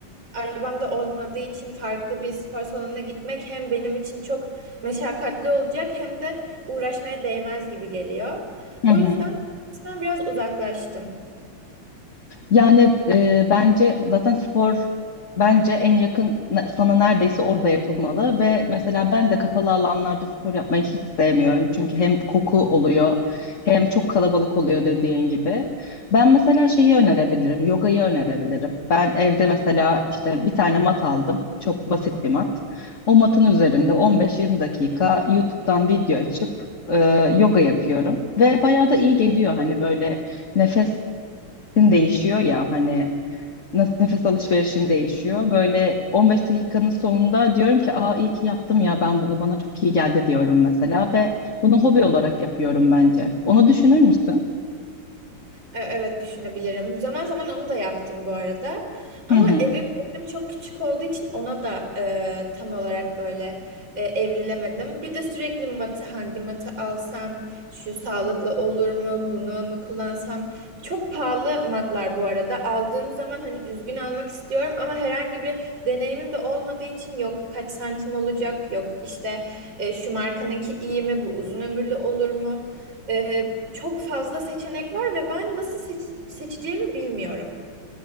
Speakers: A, on the right (about 70°); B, on the left (about 40°).
A: arabam da olmadığı için farklı bir spor salonuna gitmek hem benim için çok meşakkatli olacak hem de uğraşmaya değmez gibi geliyor.
B: Hı
A: O
B: hı.
A: yüzden ben biraz uzaklaştım.
B: Yani e, bence zaten spor bence en yakın ne- sana neredeyse orada yapılmalı ve mesela ben de kapalı alanlarda spor yapmayı hiç sevmiyorum. Çünkü hem koku oluyor hem çok kalabalık oluyor dediğin gibi. Ben mesela şeyi önerebilirim, yogayı önerebilirim. Ben evde mesela işte bir tane mat aldım. Çok basit bir mat. O matın üzerinde 15-20 dakika YouTube'dan video açıp e, yoga yapıyorum ve bayağı da iyi geliyor hani böyle nefes din değişiyor ya hani nasıl nefes alışverişin değişiyor. Böyle 15 dakikanın sonunda diyorum ki aa iyi ki yaptım ya ben bunu bana çok iyi geldi diyorum mesela ve bunu hobi olarak yapıyorum bence. Onu düşünür müsün?
A: E, Evet düşünebilirim. Zaman zaman onu da yaptım bu arada. Ama
B: Hı hı.
A: evim benim çok küçük olduğu için ona da e, tam olarak böyle e, evrilemedim. Bir de sürekli matı hangi matı alsam, şu sağlıklı olur mu, bunu mu kullansam. Çok pahalı matlar bu arada. Aldığım zaman hani düzgün almak istiyorum ama herhangi bir deneyimim de olmadığı için yok kaç santim olacak, yok işte e, şu markanınki iyi mi, bu uzun ömürlü olur mu? E, çok fazla seçenek var ve ben nasıl seçi- seçeceğimi bilmiyorum.